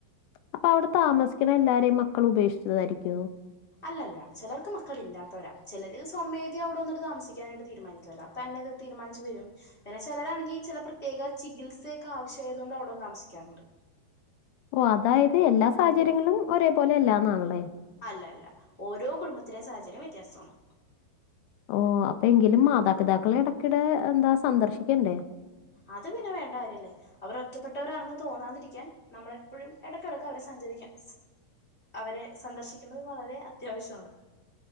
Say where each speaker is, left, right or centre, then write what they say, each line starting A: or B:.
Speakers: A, on the left; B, on the left.
A: അപ്പൊ അവടെ താമസിക്കുന്ന എല്ലാരേും മക്കള് ഉപേക്ഷിച്ചതായിരിക്കോ
B: അല്ലല്ല ചെലർക്ക് മക്കളില്ലാത്തവരാ ചെലര് സ്വമേധ അവടെ വന്നിട്ട് താമസിക്കാനായിട്ട് തീരുമാനിക്കുല്ലോ തന്ന തീരുമാനിച്ചു വരും. പിന്നെ ചെലരാണെങ്കി ചെല പ്രത്യേക ചികിത്സയൊക്കെ ആവശ്യായതുകൊണ്ട് അവിടെ വന്നു താമസിക്കാറുണ്ട്.
A: ഓഹ് അതായത് എല്ലാ സാഹചര്യങ്ങളിലും ഒരേപോലെ അല്ലാന്നാണല്ലേ?
B: അല്ല അല്ല ഓരോ കുടുംബത്തിലേം സാഹചര്യം വ്യത്യാസാണ്.
A: ഓഹ് അപ്പയെങ്കിലും മാതാപിതാക്കളെ എടക്കിടെ എന്താ സന്ദർശിക്കണ്ടേ?
B: അത് പിന്നെ വേണ്ട കാര്യല്ലേ. അവർ ഒറ്റപ്പെട്ടവരാണെന്ന് തോന്നാതിരിക്കാൻ നമ്മള് എപ്പോഴും എടക്കെടക്ക് അവരെ സ ഞ്ചരിക്കാൻ അവരെ സന്ദർശിക്കുന്നത് വളരെ അത്യാവശ്യാണ്.